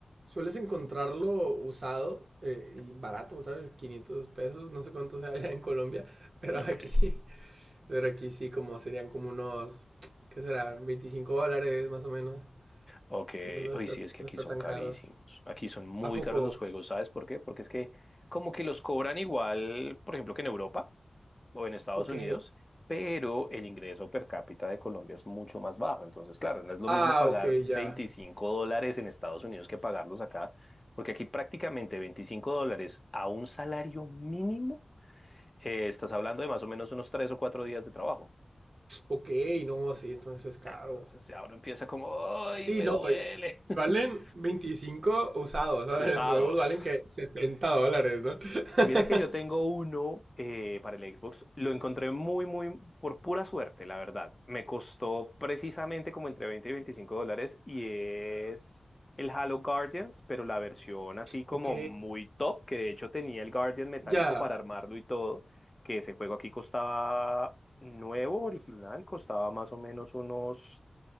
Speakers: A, on the right; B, on the left.
A: sueles encontrarlo usado eh, y barato, ¿sabes? 500 pesos, no sé cuánto sea allá en Colombia, pero
B: Ok,
A: aquí, <laughs> pero aquí sí como serían como unos, ¿qué será? 25 dólares más o menos.
B: ok.
A: No, no
B: Hoy
A: está,
B: sí, es que
A: no
B: aquí
A: está
B: son
A: tan
B: carísimos.
A: caro.
B: Aquí son muy
A: ¿A poco?
B: caros los juegos, ¿sabes por qué? Porque es que como que los cobran igual, por ejemplo, que en Europa. o en Estados
A: Ok.
B: Unidos, pero el ingreso per cápita de Colombia es mucho más bajo. Entonces, claro, no es lo
A: Ah,
B: mismo pagar
A: ok,
B: 25
A: ya.
B: dólares en Estados Unidos que pagarlos acá, porque aquí prácticamente 25 dólares a un salario mínimo, eh, estás hablando de más o menos unos tres o cuatro días de trabajo.
A: Ok, no, sí, entonces es caro.
B: Entonces ya uno empieza como, ¡ay,
A: Sí,
B: me
A: no,
B: duele!
A: y y
B: <laughs>
A: valen 25 usados, ¿sabes?
B: Usados.
A: <laughs> Nuevos valen que 60 dólares, ¿no?
B: Mira
A: <laughs>
B: que yo tengo uno eh, para el Xbox. Lo encontré muy, muy por pura suerte, la verdad. Me costó precisamente como entre 20 y 25 dólares y es el Halo Guardians, pero la versión así como
A: Ok,
B: muy top, que de hecho tenía el Guardian metálico
A: ya.
B: para armarlo y todo, que ese juego aquí costaba nuevo, original, costaba más o menos unos,